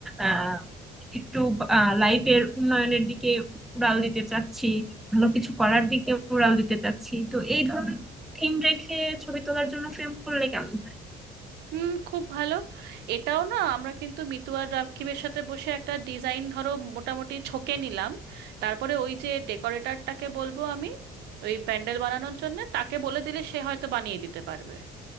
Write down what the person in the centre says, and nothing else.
আহ একটু লাইফের উন্নয়নের দিকে উড়াল দিতে চাচ্ছি ভালো কিছু করার দিকে উড়াল দিতে চাচ্ছি তো এই ধরনের থিম রেখে ছবি তোলার জন্য ফ্রেম করলে কেমন হয়